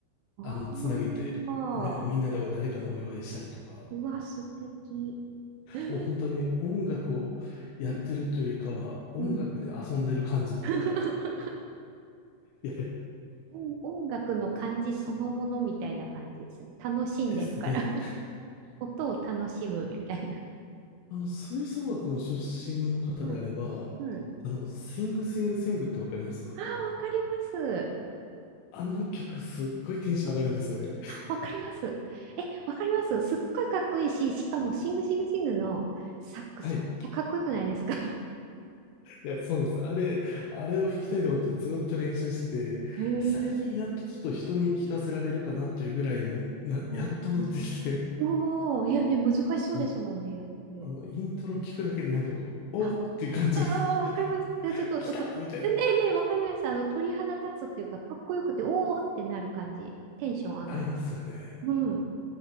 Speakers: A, on the right; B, on the left.
A: ああ、
B: あの、つなげて、なんかみんなで誰かのお祝いしたりとか、
A: うわ、素敵。えー
B: もう本当に音楽をやってるというよりかは、
A: うん。
B: 音楽で遊んでる感じの、
A: うん。<laughs>
B: いや、
A: 音音楽の感じそのものみたいな感じですね。楽しんでるから。
B: ですね。
A: <laughs> 音を楽しむみたいな。
B: あの、吹奏楽の出身の方であれば、
A: うんうん。あ
B: あの、シングシングシングってわかります
A: あ、わかります。
B: あの曲すっごいテンション上がるんですよね。
A: わかります。え、わかります。すっごいかっこいいし、しかもシングシングシングのサックスめっちゃかっこよくないですか
B: はい。いや、そうなんです。あれ、あれを吹きたいと思ってずっと練習してて、
A: へえ。
B: 最近やっとちょっと人に聞かせられるかなっていうぐらいにな、
A: おー
B: やっとなってきて、
A: おお、いやね、難しそうですもんね、
B: も
A: あれ。
B: う、あの、イントロ聞くだけでなんかこう、
A: あ、
B: おーっていう感じが、
A: ああ、わかります。じゃあちょっと、
B: <laughs> 来たみたいな、
A: こねえねえ、わかります。あの、鳥肌立つっていうか、かっこよくて、おおってなる感じ。テンション上がり。
B: ありますよね。
A: うん。